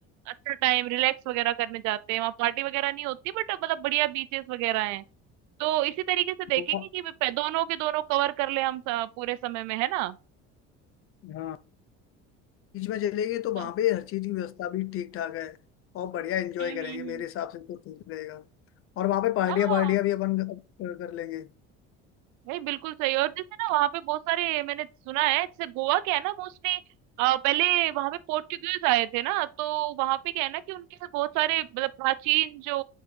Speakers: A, on the right; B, on the left.
A: अच्छा टाइम रिलैक्स वगैरह करने जाते हैं वहाँ पार्टी वगैरह नहीं होती बट मतलब बढ़िया बीचेस वगैरह हैं तो इसी तरीके से देखेंगे
B: गोवा-
A: कि वे- दोनों के दोनों कवर कर ले हम स- पूरे समय में है ना
B: हाँ बीच में चलेंगे तो वहां
A: हाँ
B: पे हर चीज की व्यवस्था भी ठीक ठाक है और बढ़िया एंजॉय
A: हम्म
B: करेंगे
A: हम्म
B: मेरे
A: हम्म।
B: हिसाब से तो ठीक रहेगा और वहां पे पार्टियां
A: हाँ
B: पार्टियां भी अपन कर कर लेंगे
A: नहीं बिल्कुल सही और जैसे ना वहां पे बहुत सारे मैंने सुना है जैसे गोवा क्या है ना मोस्टली पहले वहां पे पोर्टुगीज आए थे ना तो वहां पे क्या है ना कि उनके से बहुत सारे मतलब प्राचीन जो